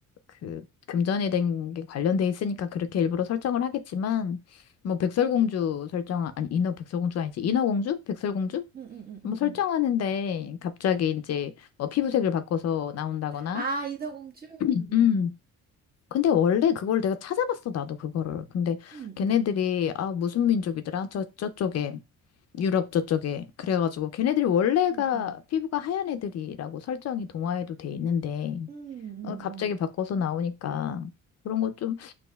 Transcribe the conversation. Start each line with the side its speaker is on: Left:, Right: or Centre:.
Left: 그 금전에 된 게 관련돼 있으니까 그렇게 일부러 설정을 하겠지만 뭐 백설공주 설정 아니 인어 백설공주가 아니지 인어공주? 백설공주?
Right: 응, 응, 응,
Left: 뭐
Right: 응,
Left: 설정하는데
Right: 응.
Left: 갑자기 이제 뭐 피부색을 바꿔서 나온다거나
Right: 아, 인어공주?
Left: <clears throat>
Right: 응,
Left: 근데 원래 그걸 내가 찾아봤어, 나도 그거를. 근데
Right: 응,
Left: 걔네들이,
Right: 응,
Left: 아, 무슨 민족이더라? 저, 저쪽에. 유럽 저쪽에. 그래가지고 걔네들이 원래가
Right: 응, 응,
Left: 피부가 하얀 애들이라고 설정이 동화에도 돼 있는데,
Right: 응, 응, 응.
Left: 어, 갑자기
Right: 응,
Left: 바꿔서 나오니까 그런 거 좀